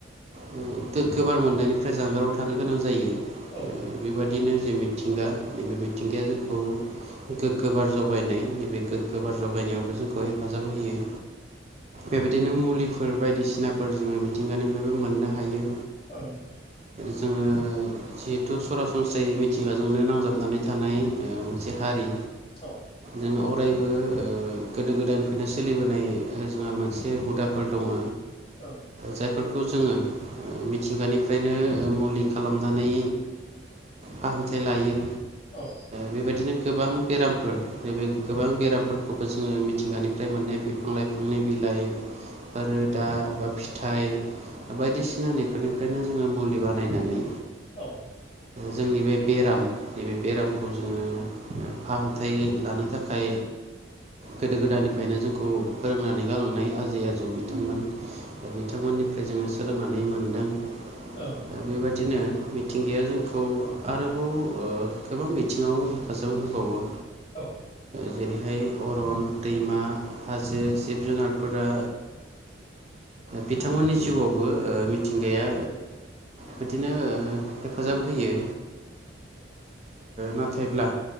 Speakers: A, on the right; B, on the left.
A: गोगगो बार मोननायनिफ्राय जानगाराव थानो गोनां जायो
B: औ
A: बेबायदिनो जे मिथिंगा नैबे मिथिंगाया जोंखौ गोगो बार जगायनाय नैबे गोग्गो बार जगायनायावबो जोंखौ हेफाजाब होयो बेबायदिनो मुलिफोर बायदिसिनाफोर जोङो मि मिथिंगानिफ्रायबो मोननो हायो
B: औ
A: जोङो जिहेथु सरासनस्रायै मिथिंगाजोंनो नांजाबनानै थानाय मोनसे हारि
B: औ
A: जोङो अरायबो गोदो गोदायनिफ्रायनो सोलिबोनाय जोंहा मोनसे हुदाफोर दङ
B: औ
A: जायफोरखौ जोङो मिथिंगानिफ्रायनो मुलि खालामनानै फाहामथाय लायो
B: औ
A: बेबायदिनो गोबां बेरामफोर नैबे गोबां बेरामफोरखौबो जोङो मिथिंगानिफ्राय मोननाय बेफोर बिफां लायफांनि बिलाइ बा रोदा बा फिथाइ फिथाइ बायदिसिना नैफोरनिफ्रायनो जोङो मुलि बानायनानै
B: औ
A: जोंनि बे बेराम नैबे बेरामखौ जोङो फाहामथाय लानो थाखाय गोदो गोदायनिफ्रायनो जोंखौ फोरोंनानै गालांनाय आजै आजौ बिथांमोन दा बिथांमोननिफ्राय जोङो सोलोंनानै मोनदों
B: औ
A: दा बेबादिनो मिथिंगाया जोंखौ आरोबाव गोबां बिथिङाव हेफाजाब होबावो
B: औ
A: जेरैहाय अरन दैमा हाजो जिब जुनारफोरा बिथांमोननि जिउआवबो मिथिंगाया बिदिनो हेफाजाब होयो नाथायब्ला